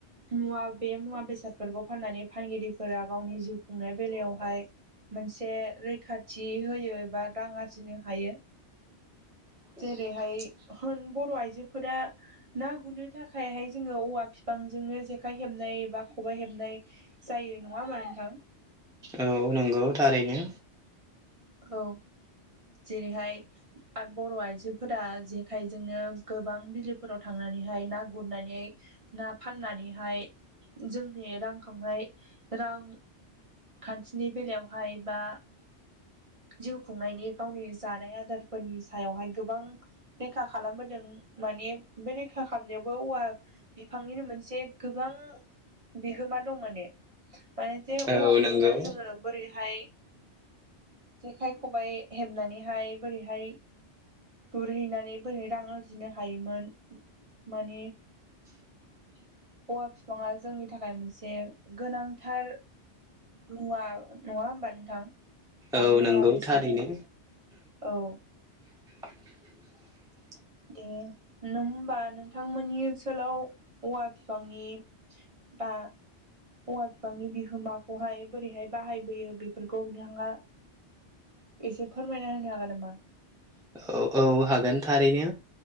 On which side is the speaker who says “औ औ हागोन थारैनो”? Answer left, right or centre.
Centre